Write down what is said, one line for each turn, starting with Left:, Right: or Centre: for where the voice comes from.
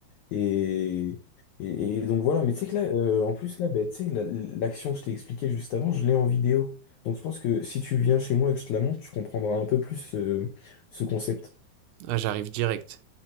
Left: Et, et, et donc voilà, mais tu sais que là, euh, en plus là, bah, tu sais, la- l'action que je t'ai expliquée juste avant, je l'ai en vidéo. Donc je pense que si tu viens chez moi et que je te la montre, tu comprendras un peu plus euh, ce concept.
Right: Ah, j'arrive direct.